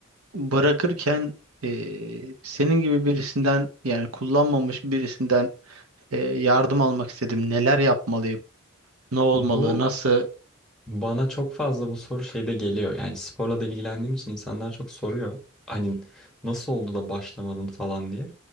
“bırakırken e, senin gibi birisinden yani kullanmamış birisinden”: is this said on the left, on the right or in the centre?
Right